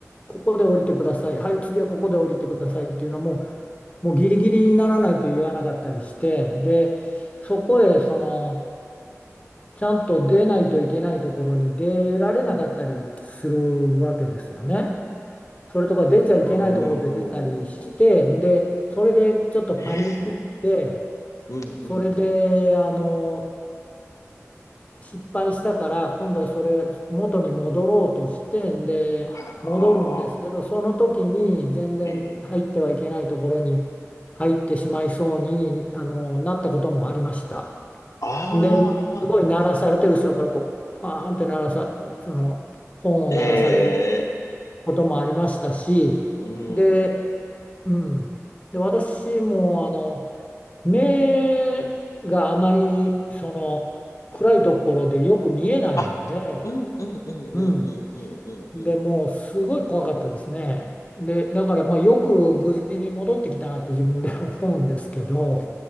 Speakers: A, on the left; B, on the left.
A: ここで降りてください、はい、次はここで降りてくださいっていうのも、もうギリギリにならないと言わなかったりして、で、そこへそのちゃんと出ないといけないところに出られなかったりするわけですよね。それとか出ちゃいけないところで出たりして、
B: うん、うん。
A: で、それでちょっとパニックって、
B: ええ、うん、うん、
A: それであの、
B: うん。
A: 失敗したから今度はそれ元に戻ろうとしてんで戻るんですけどその時に全然入ってはいけないところに
B: あらああ、ええ、
A: 入ってしまいそうにあのなったこともありました。
B: ああ、
A: ですごい鳴らされて後ろからこうファーンって鳴らさその本を鳴らされる
B: ええ、
A: こともありましたしで、
B: うん。
A: うん、で私もあの目があまりその暗いところでよく見えないので、
B: あ、うん、うん、うん、うん、
A: うん、
B: うん、うん、うん、
A: でもうすごい怖かったですね。
B: うん。
A: で、だからまあよく無事に戻ってきたなって <laughs> 自分で <laughs> 思うんですけど、